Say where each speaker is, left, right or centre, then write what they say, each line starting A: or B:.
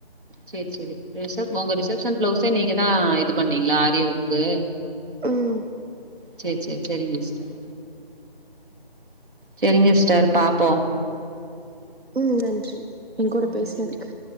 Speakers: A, on the right; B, on the right.
A: சரி சரி ரிச உங்க ரிசப்ஷன் பிளவுஸே நீங்க தா இது பண்ணீங்களா ஆரி ஒர்க்கு
B: ம்
A: சேரி சேரி சேரிங்க சிஸ்டர் சரிங்க சிஸ்டர் பாப்போம்
B: ம் நன்றி எங்கூட
A: ம்
B: பேசுனதுக்கு
A: நன்றி